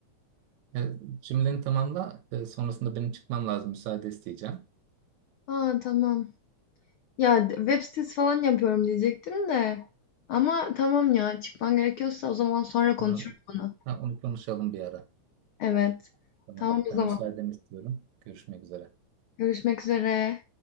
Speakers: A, on the right; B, on the left.
A: E, cümleni tamamla. E, sonrasında benim çıkmam lazım. Müsaade isteyeceğim.
B: Aa tamam. Ya d- web sitesi falan yapıyorum diyecektim de. Ama tamam ya çıkman gerekiyorsa o zaman sonra konuşuruz
A: Tamam.
B: bunu.
A: Ha, onu konuşalım bir ara.
B: Evet.
A: Tamam.
B: Tamam o
A: Ben
B: zaman.
A: müsaadeni istiyorum. Görüşmek üzere.
B: Görüşmek üzere.